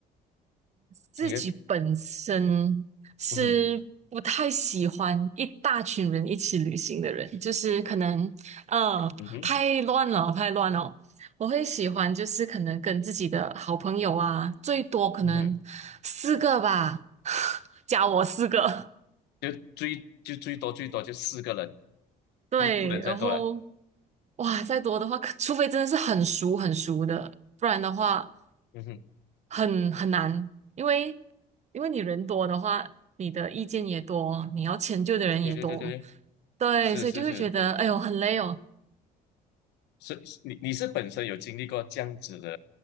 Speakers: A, on the right; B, on the left.
A: 自己本身是不太喜欢一大群人一起旅行的人，
B: 你会，嗯哼，
A: 就是可能呃太乱了，
B: 嗯哼，
A: 太乱了。我会喜欢就是可能跟自己的好朋友啊，最多可能四个吧，
B: 嗯哼，
A: <laughs> 加我四个。
B: 就最就最多最多就四个人，
A: 对，
B: 不不能再多了。
A: 然后哇，再多的话，可除非真的是很熟很熟的，不然的话。
B: 嗯哼，
A: 很很难，因为因为你人多的话，你的意见也多，你要迁就的人也多，
B: 对对对对对，
A: 对，
B: 是是是，
A: 所以就会觉得哎呦很累哦。
B: 是你你是本身有经历过这样子的